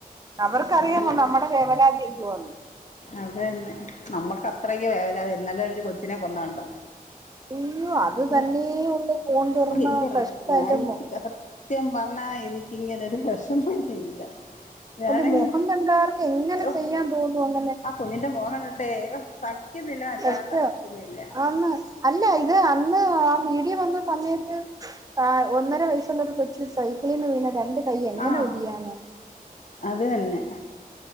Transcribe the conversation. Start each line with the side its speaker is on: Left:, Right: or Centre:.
Right: അവർക്കറിയാമോ
Left: അങ്ങനൊരു
Right: നമ്മടെ വേവലാതി എന്തുവാന്ന്
Left: അത് തന്നെ നമ്മുക്ക് അത്രക്ക വേവലാതി അത് ഇന്നലെ ഒരു കൊ അച്ഛനെ കൊന്നയ് കണ്ടോ
Right: അയ്യോ അത്
Left: ഇല്ല
Right: തന്നേ ഉള്ളു ഫോൺ തുറന്ന
Left: <unintelligible>
Right: കഷ്ടം
Left: ഞാ
Right: എന്റെ
Left: എനിക്ക്
Right: മൊ
Left: സത്യം പറഞ്ഞാ എനി ഇങ്ങനെ ഒരു വെഷമം ഇനി ഇല്ല ഞാനങ്ങ്
Right: അന്റെ മുഖം കണ്ടാല് എങ്ങനെ
Left: ഓ
Right: ചെയ്യാൻ തോന്നുന്നു
Left: ആ കുഞ്ഞിന്റെ മൊഖം കണ്ടിട്ടെ <unintelligible> മച്ചാ
Right: <unintelligible>
Left: സഹിക്കുന്നില്ല
Right: ആന്ന് അല്ല ഇത് അന്ന് ആ വീ വന്ന സമയത്ത് ഒന്നര വയസുള്ള കൊച്ച് സൈക്കിളിൽ നിന്ന് വീണ് രണ്ട് കൈ എങ്ങനെ
Left: ആഹഅത്
Right: ഒടിയാന
Left: തന്നെ